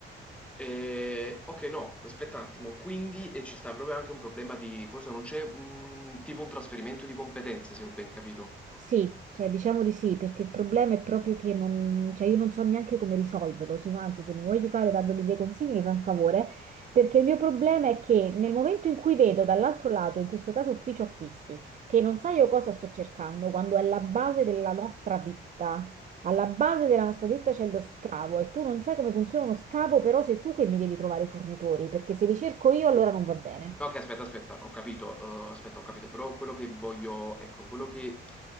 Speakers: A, in the centre; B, on the right (about 40°).
A: Eh, ok, no, aspetta un attimo. Quindi eh, ci sta proprio anche un problema di, forse non c'è un tipo un trasferimento di competenze, se ho ben capito.
B: Sì, cioè diciamo di sì, perché il problema è proprio che non, cioè io non so neanche come risolverlo, se no, anzi se mi vuoi aiutare dandomi dei consigli mi fai un favore, perché il mio problema è che nel momento in cui vedo dall'altro lato, in questo caso ufficio acquisti, che non sa io cosa sto cercando, quando è la base della nostra ditta, alla base della nostra ditta c'è lo scavo e tu non sai come funziona uno scavo, però sei tu che mi devi trovare i fornitori, perché se li cerco io allora non va bene.
A: Ok, aspetta, aspetta, ho capito, eh, aspetta, ho capito, però quello che voglio, ecco, quello che